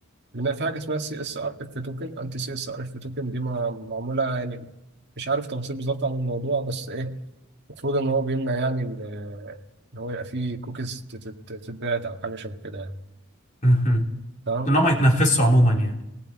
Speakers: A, on the right; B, on the left.
A: لان في حاجه اسمها سي اس ار اف توكن انتي سي اس ار اف توكن دي مع- معموله يعني مش عارف تفاصيل بالظبط عن الموضوع بس ايه المفروض ان هو بيمنع يعني ان إن هو يبقى فيه كوكيز تت- تت- تتباعت او حاجه شبه كده يعني
B: مهم.
A: تمام
B: ان هم يتنفسوا عموما يعني